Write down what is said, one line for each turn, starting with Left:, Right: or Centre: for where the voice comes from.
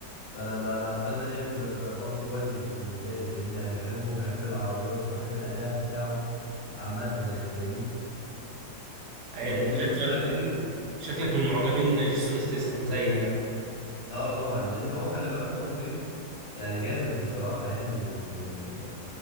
Left: فأنا ب- أنا عامة يعني ب- ب- برضو كويس بالنسبة لي فاهمني يعني بحبه وبحب العربيات وبحب الأداء بتاعه عامة يعني فاهمني
Right: يعني
Left: لأني
Right: انت
Left: برضو
Right: شكلك
Left: الأجنبي
Right: من شكلك من معجبين جيسون ستيسن زي يعني
Left: اه طبعا لان هو خلي بالك برضو ايه يعني جامد بصراحة يعني من من